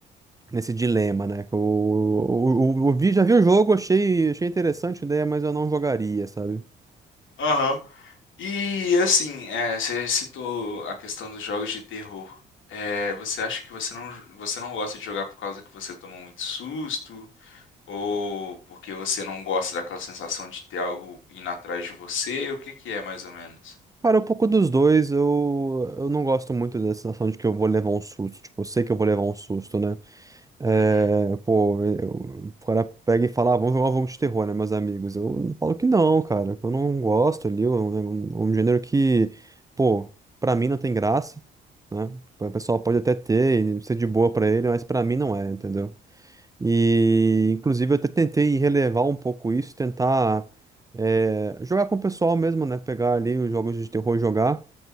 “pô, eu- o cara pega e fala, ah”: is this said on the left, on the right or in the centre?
Right